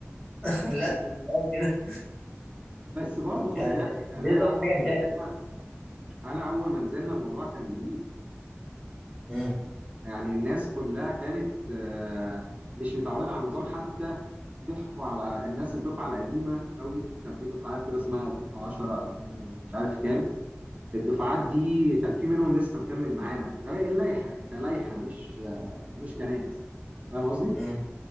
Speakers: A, in the centre; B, on the right.
A: <laughs> للاسف كنت قاعد كده
B: بس برضه خد
A: يعني
B: بالك يعني
A: ليه
B: أنا
A: صوت
B: أول
A: حاجه انت
B: ما نزلنا أنا أول ما نزلنا الموضوع كان جديد
A: امم
B: يعني الناس كلها كانت آه، مش متعودة على النظام حتى ضحكوا على الناس الدفعة القديمة قوي كان في دفعات كده اسمها 2010 2000 ومش عارف كام الدفعات دي كان في منهم لسه مكمل معانا آه، اللائحة كلائحة مش آه، مش كناس فاهم قصدي؟
A: امم